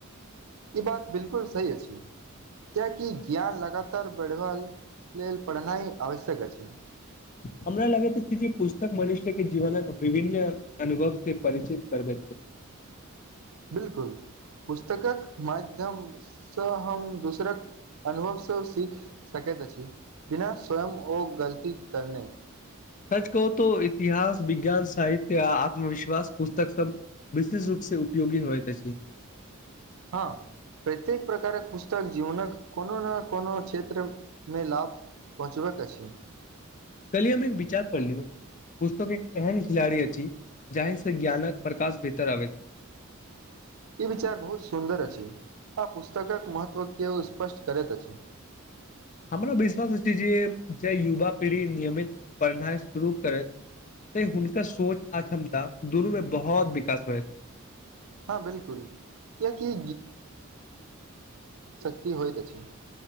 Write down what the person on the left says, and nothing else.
हमरा लगैत अछि जे पुस्तक मनुष्य के जीवनक विभिन्न अनुभव से परिचित करबैत अछी।
सच कहू तो इतिहास, विज्ञान, साहित्य आ आत्मविश्वास पुस्तक सब विशेष रूप से उपयोगी होएत अछि।
कली हम एक विचार पढ़लियौ पुस्तक एक एहन खिलाड़ी अछि जाहि से ज्ञानक प्रकाश बेहतर आबै।
हमरा विश्वास अछि जे जे युवा पीढ़ी नियमित पढ़नाय शुरू करैत तै हुनकर सोच आ क्षमता दुनूमे बहोत विकास होय।